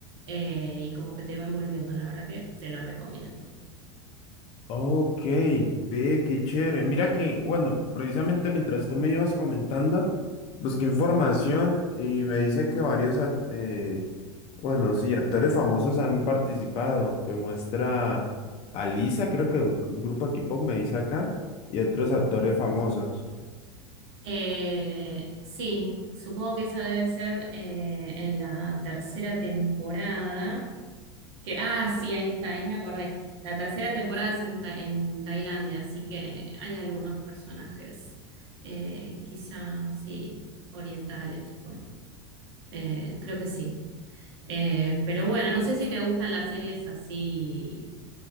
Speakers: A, on the right; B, on the left.
A: eh, y como que te va envolviendo, la verdad que te la recomiendo.
B: Ok, ve, qué chévere. Mira que, bueno, precisamente mientras tú me ibas comentando, busqué información y me dice que varios, act- eh, bueno, sí, actores famosos han participado, que muestra a Lisa, creo que un grupo de K-pop me dice acá, y otros actores famosos.
A: Eh, sí, supongo que esa debe ser eh, en la tercera temporada. Que, ah, sí, ahí está, ahí me acordé. La tercera temporada es en, Ta- en Tailandia, así que hay algunos personajes, eh, quizá, sí, orientales, bueno, eh, creo que sí. Eh, pero bueno, no sé si te gustan las series así